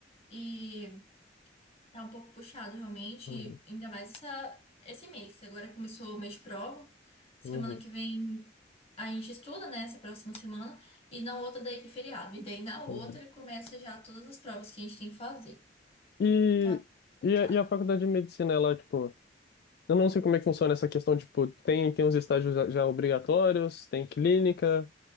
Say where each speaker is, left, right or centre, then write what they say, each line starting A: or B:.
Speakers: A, on the left; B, on the left.
A: E tá um pouco puxado realmente,
B: Uhum,
A: e ainda mais essa, esse mês. Agora começou o mês de prova. Semana
B: uhum,
A: que vem a gente estuda, né? Essa próxima semana. E na outra daí tem feriado. E daí na outra
B: uhum.
A: começa já todas as provas que a gente tem que fazer.
B: E,
A: Tá
B: e,
A: puxado.
B: a, e a faculdade de medicina, ela, tipo, eu não sei como é que funciona essa questão, tipo, tem, tem os estágios já, já obrigatórios, tem clínica,